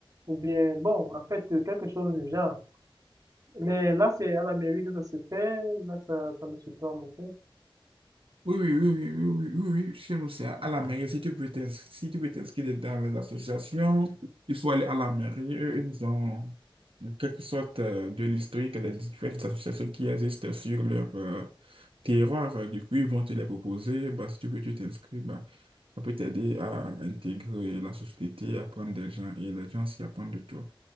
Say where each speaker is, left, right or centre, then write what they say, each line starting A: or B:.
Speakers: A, on the right; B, on the right.
A: ou bien, bon, en fait, euh, quelque chose du genre. Mais là, c'est à l'Amérique que ça se fait, là, ça, ça me surprend beaucoup.
B: Oui, oui, oui, oui, oui, oui, oui, oui, chez nous, c'est à la mairie. Si tu veux t'ins- si tu veux t'inscrire dans les associations, il faut aller à la mairie. Eux, ils ont en quelque sorte euh, de l'historique des différentes associations qui existent sur leur euh, terroir. Du coup, ils vont te les proposer. Bah, si tu veux, tu t'inscris. Bah, ça peut t'aider à intégrer la société, à apprendre des gens et les gens s'y apprendre de toi.